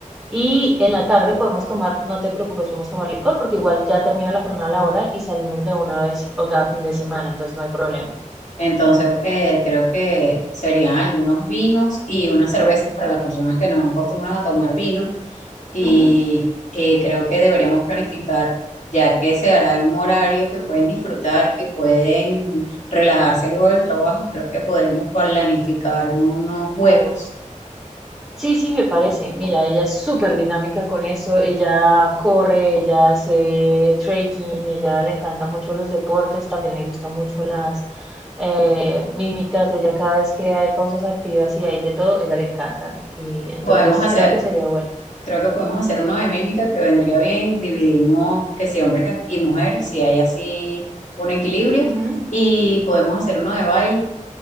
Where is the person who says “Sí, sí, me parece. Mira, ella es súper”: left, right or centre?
Centre